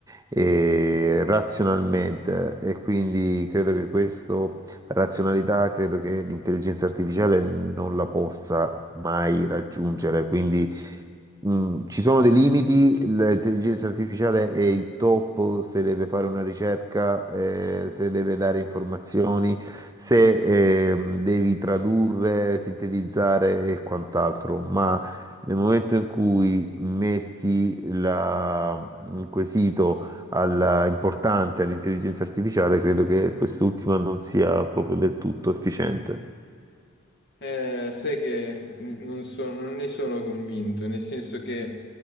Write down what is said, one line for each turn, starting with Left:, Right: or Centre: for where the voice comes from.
Right: e razionalmente e quindi credo che questo, la razionalità, credo che l'intelligenza artificiale non la possa mai raggiungere, quindi Mm, ci sono dei limiti, l'intelligenza artificiale è il top se deve fare una ricerca, eh, se deve dare informazioni, se ehm, devi tradurre, sintetizzare e quant'altro, ma nel momento in cui metti la- un quesito alla- importante all'intelligenza artificiale, credo che quest'ultima non sia proprio del tutto efficiente.
Left: Eh, sai che n- non so- non ne sono convinto, nel senso che